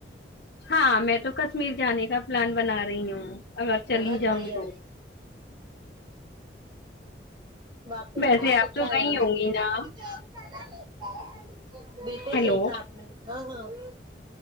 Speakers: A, on the left (about 60°); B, on the right (about 25°).
A: ہاں میں تو کشمیر جانے کا پلان بنا رہی ہوں اگر چلی
B: بہت
A: جاؤں
B: بڑھیا
A: تو
B: باقی
A: ویسے
B: میں بہت
A: آپ
B: اچھا
A: تو
B: ہے
A: گئی
B: وہ
A: ہوں
B: <unintelligible>
A: گی نا ہیلو
B: صحیح کہا آپ نے ہاں ہاں